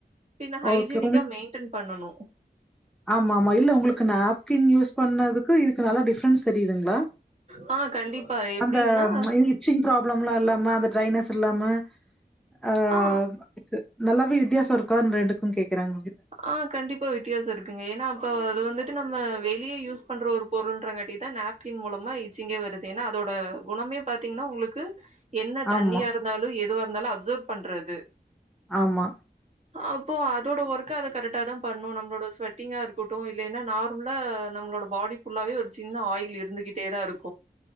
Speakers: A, on the right; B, in the centre.
A: பின்ன ஹைஜீனிக்கா
B: ஓகே.
A: மெயிடென் பண்ணனு
B: ஆமா ஆமா இல்ல உங்களுக்கு நாப்கின் யூஸ் பண்ணதுக்கு இதுக்கு நல்ல டிஃப்ரென்ஸ் தெரியுதுங்ளா
A: ஆ கண்டிப்பா எப்டின்னா
B: அந்த மயி ச்சிங் ப்ராப்ளம்லா இல்லாம அந்த ட்ரைனஸ் இல்லாம அ
A: ஆ
B: க்கு நல்லாவே வித்தியாச இருக்கானு ரெண்டுக்கு கேக்குற உங்ககிட்ட
A: ஆ கண்டிப்பா வித்தியாச இருக்குங்க ஏன்னா அப்போ அது வந்துட்டு நம்ம வெளிய யூஸ் பண்ற ஒரு பொருள்ன்றகாட்டியு தா நெப் கின் மூலமா இச்சிங்கே வருது ஏன்னா அதோட குணமே பாத்தீங்னா உங்ளுக்கு என்ன தண்ணியா
B: ஆமா,
A: இருந்தாலு எதுவா இருந்தாலு அப்சர்வ் பண்றது
B: ஆமா
A: அப்போ அதோட ஒர்க் க்கு அத கரெக்டா தா பண்ணோ நம்ளோட ஸ்வெடிங்கா இருக்கட்டு இல்லைனா நார்மலா நம்ளோட பாடி ஃபுல்லாவே ஒரு சின்ன ஆயில் இருந்துகிட்டேதா இருக்